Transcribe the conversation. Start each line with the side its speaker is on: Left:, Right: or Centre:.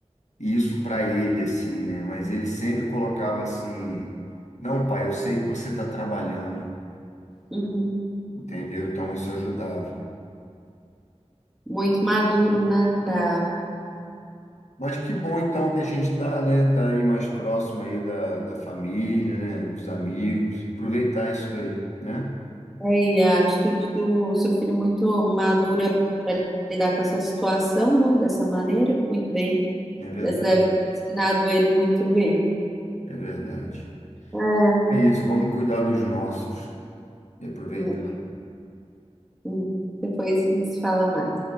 Left: isso para ele, assim, né? Mas ele sempre colocava assim, não, pai, eu sei que você está trabalhando,
Centre: uhum.
Left: entendeu? Então isso ajudava.
Centre: muito maduro, né? Pra...
Left: Mas que bom então que a gente está, né, tá aí mais próximo aí da, da família, né, dos amigos, aproveitar isso daí, né?
Centre: É, E a atitude do seu filho muito madura para lidar com essa situação, né? Dessa maneira, muito bem.
Left: É verdade,
Centre: Você deve ter ensinado ele muito bem.
Left: é verdade.
Centre: É,
Left: É isso, vamos cuidar dos nossos e aproveitar.
Centre: né? hum, Depois a gente se fala mais.